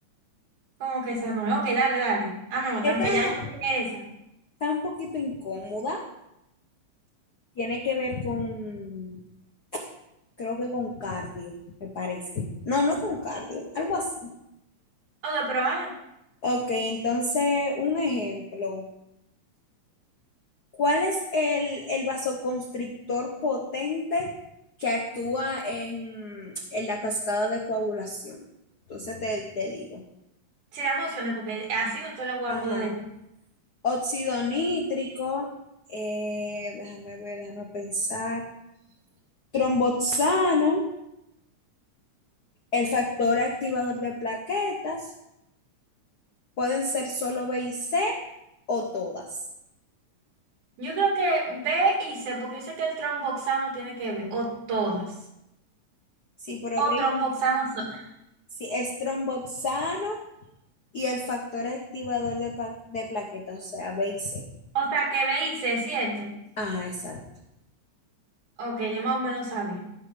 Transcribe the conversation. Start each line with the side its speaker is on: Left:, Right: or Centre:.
Right: Como que esa no es. Ok, dale, dale. Ah, me gusta,
Left: Esta
Right: aunque ya yo pegué esa.
Left: está un poquito incómoda, tiene que ver con, creo que con cardio, me parece. No, no con cardio, algo así.
Right: Ok, pero Ana,
Left: Ok, entonces un ejemplo. ¿Cuál es el, el vasoconstrictor potente que actúa en, en la cascada de coagulación? Entonces te, te digo.
Right: si da emociones, porque así no te lo voy
Left: Ajá.
Right: a poder decir.
Left: Óxido nítrico, eh, déjame ver, déjame pensar. Tromboxano El factor activador de plaquetas pueden ser solo B y C o todas.
Right: Yo creo que B y C, porque yo sé que el tromboxano tiene que ver, o todas.
Left: Si probé,
Right: O tromboxano solo.
Left: si es tromboxano y el factor activador de, pa- de plaquetas, o sea, B y C.
Right: O sea, que B y C, ¿cierto?
Left: Ah, exacto.
Right: Ok, yo más o menos sabía.